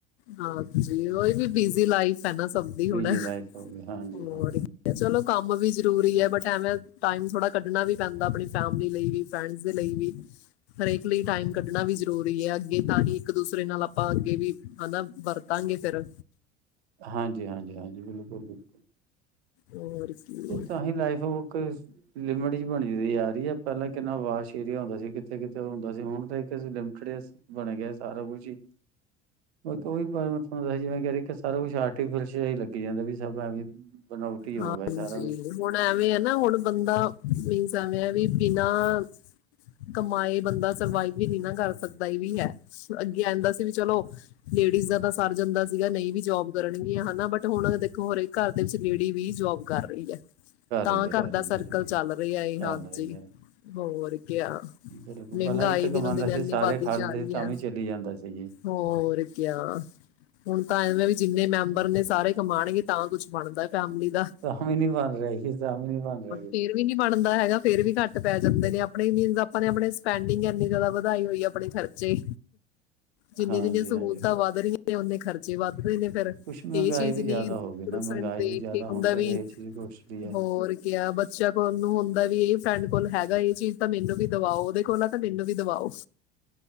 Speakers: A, on the left; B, on the right.
A: ਹਾਂਜੀ ਉਹ ਵੀ ਬਿਜ਼ੀ ਲਾਈਫ। ਪੈ ਨਾ ਸਭਦੀ ਹੋਣਾ,
B: ਬਿਜੀ ਲਾਈਫ ਹੋ ਗਈ ਹਾਂਜੀ
A: ਹੋਰ
B: ਹਾਂਜੀ।
A: ਚਲੋ ਕੰਮ ਵੀ ਜਰੂਰੀ ਹੈ। ਬਟ ਐਵੇਂ ਟਾਈਮ ਥੋੜਾ ਕੱਢਣਾ ਵੀ ਪੈਂਦਾ, ਆਪਣੀ ਫੈਮਲੀ ਲਈ ਵੀ ਫਰੈਂਡਸ ਦੇ ਲਈ ਵੀ, ਹਰੇਕ ਲਈ ਟਾਈਮ ਕੱਢਣਾ ਵੀ ਜ਼ਰੂਰੀ ਹੈ ਅੱਗੇ ਤਾਂ ਹੀ ਇੱਕ ਦੂਸਰੇ ਨਾਲ ਆਪਾਂ ਅੱਗੇ ਵੀ ਹਨਾ ਵਰਤਾਂਗੇ ਫੇਰ
B: ਹਾਂਜੀ -ਹਾਂਜੀ -ਹਾਂਜੀ ਬਿਲਕੁਲ- ਬਿਲਕੁਲ।
A: ਹੋਰ ਕੀ
B: ਤਾਂ ਹੀ ਲਾਈਫ਼ ਫੋਕਸ ਲਿਮਟ ਚ ਬਣੀ ਸੀ ਯਾਰ। ਵਧੀਆ ਪਹਿਲਾਂ ਕਿੰਨਾ ਵਾਸ਼ ਏਰੀਆ ਹੁੰਦਾ ਸੀ, ਕਿੱਥੇ -ਕਿੱਥੇ ਉਹ ਹੁੰਦਾ ਸੀ। ਹੁਣ ਤੇ ਲਮਖੜਿਆ ਸੀ ਬਣ ਗਿਆ ਸਾਰਾ ਕੁਝ ਹੀ। ਮੈਂ ਉਹੀ ਬਾਰੇ ਮੈਂ ਸਮਜਾਈ <unintelligible> ਸਾਰਾ ਕੁਛ ਆਰਟੀਫਿਸ਼ਲ ਹੀ ਲੱਗੀ ਜਾਂਦਾ ਵੀ ਸਭ ਐਵੇਂ। ਬਣਾਉਟੀ ਹੋ
A: ਹਾਂਜੀ
B: ਗਿਆ। ਕੁਛ
A: ਹੁਣ ਐਵੇਂ ਹੈ ਨਾ ਹੁਣ ਬੰਦਾ ਮੀਨਸ ਐਵੇਂ ਵੀ ਬਿਨਾਂ ਕਮਾਏ ਬੰਦਾ ਸਰਵਾਈਵ ਵੀ ਨਹੀਂ ਨਾ ਕਰ ਸਕਦਾ ਇਹ ਵੀ ਹੈ। ਅੱਗੇ ਆਹਦਾ ਸੀ ਵੀ ਚਲੋ ਲੇਡੀਜ਼ ਦਾ ਤਾਂ ਸਰ ਜਾਂਦਾ ਸੀਗਾ ਨਹੀਂ ਵੀ ਜੋਬ ਕਰਨਗੀਆਂ ਹਨਾ, ਬਟ ਹੁਣ ਦੇਖੋ ਹਰੇਕ ਘਰ ਦੇ ਵਿੱਚ ਲੇਡੀ ਵੀ ਜੋਬ ਕਰ ਰਹੀ ਹੈ। ਤਾਂ
B: ਹੀ ਹੈ
A: ਘਰ ਦਾ
B: ਹੀ
A: ਸਰਕਲ
B: ਬਿਲਕੁਲ
A: ਚੱਲ ਰਿਹਾ ਏ
B: ਚੱਲ
A: ਹਾਂਜੀ,
B: ਰਹੀ ਹੈ
A: ਹੋਰ ਕਿਆ
B: ਬਿਲਕੁਲ
A: ਮਹਿੰਗਾਈ
B: ਪਹਿਲਾਂ ਇੱਕ
A: ਦਿਨੋ
B: ਕਮਾਉਂਦਾ
A: ਦਿਨ
B: ਸੀ
A: ਇਨੀ
B: ਸਾਰੇ
A: ਵੱਧਦੀ
B: ਖਾ
A: ਜਾ
B: ਲੈਂਦੇ
A: ਰਹੀ
B: ਸੀ ਤਾਂ
A: ਹੈ
B: ਵੀ ਚਲੀ ਜਾਂਦਾ ਸੀ ਜੀ
A: ਹੋਰ ਕਿਆ ਹੁਣ ਤਾਂ ਐਵੇਂ ਵੀ ਜਿੰਨੇ ਮੈਂਬਰ ਨੇ ਸਾਰੇ ਕਮਾਉਣਗੇ ਤਾਂ ਕੁੱਛ ਬਣਦਾ। ਫੈਮਲੀ ਦਾ,
B: ਤਾਂ ਵੀ ਨੀ ਬਣ ਰਿਹਾ ਸੀ ਤਾਂ ਵੀ ਨੀ ਬਣ ਰਿਹਾ ਕੁਛ
A: ਫੇਰ ਵੀ ਨੀ ਬਣਦਾ ਹੈਗਾ, ਫੇਰ ਵੀ ਘੱਟ ਪੈ ਜਾਂਦੇ ਨੇ ਆਪਣੇ ਨਹੀਂ ਆਪਾਂ ਨੇ ਆਪਨੇ ਸਪੈਂਡਿੰਗ ਏਨੀ ਜਾਦਾ ਵਧਾਈ ਹੋਈ ਆ, ਆਪਨੇ ਖਰਚੇ ਜਿੰਨੀਆਂ-ਜਿੰਨੀਆਂ
B: ਹਾਂਜੀ
A: ਸਹੂਲਤਾਂ
B: ਹਾਂਜੀ
A: ਵੱਧ ਰਹੀਆ ਤੇ ਉਹਨੇ ਖਰਚੇ ਵਧ ਦੇ ਨੇ ਫਿਰ
B: ਕੁਛ ਮਹਿੰਗਾਈ
A: ਇਹ ਚੀਜ਼
B: ਵੀ ਜ਼ਿਆਦਾ
A: ਨੀ
B: ਹੋ ਗਈ ਨਾ
A: ਰ
B: ਮਹਿੰਗਾਈ
A: ਤੇ
B: ਵੀ ਜ਼ਿਆਦਾ
A: <inaudible>
B: ਹੋਣ
A: ਹੁੰਦਾ
B: ਕਰ
A: ਵੀ
B: ਇਹ ਚੀਜ਼ ਕੋਸਟਲੀ ਹੈ
A: ਹੋਰ ਕਿਆ ਬੱਚਾ ਕੋਣ ਨੂੰ ਹੁਣ ਹੁੰਦਾ ਵੀ ਇਹ ਫਰੈਂਡ ਕੋਲ ਹੈਗਾ ਇਹ ਚੀਜ਼ ਤਾਂ ਮੈਨੂੰ ਵੀ ਦਵਾਓ ਉਹਦੇ ਕੋਲ ਆ ਤਾਂ ਮੈਨੂੰ ਵੀ ਦਵਾਓ।